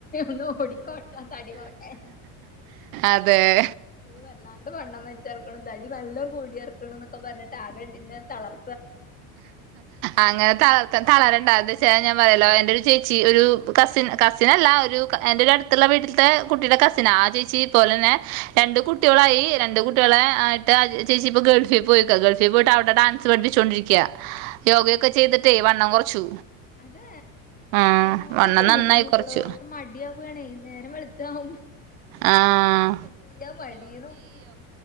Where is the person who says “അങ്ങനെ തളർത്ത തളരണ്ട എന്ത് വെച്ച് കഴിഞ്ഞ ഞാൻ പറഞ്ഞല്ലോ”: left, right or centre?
Right